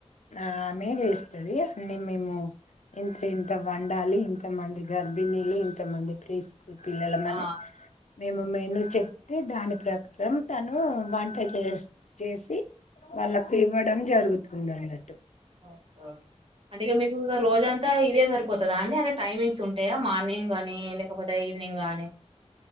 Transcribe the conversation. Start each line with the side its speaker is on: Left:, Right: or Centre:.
Left: ఆమే చేస్తది అన్ని మేము ఇంత ఇంత వండాలి ఇంత మంది గర్భిణీలు ఇంతమంది ప్రీస్ పిల్లలమని
Right: ఆ!
Left: మేము మెనూ చెప్తే దాని ప్రకారం తను వంట చేస్ చేసి వాళ్ళకు ఇవ్వడం జరుగుతుందండి
Right: ఓకె ఒకె అంటె ఇగ మీకు ఇగ రోజంతా ఇదే సరిపోతదా అండి అదె టైమింగ్స్ ఉంటయా మార్నింగ్ గానీ లేకపోతే ఈవినింగ్ గానీ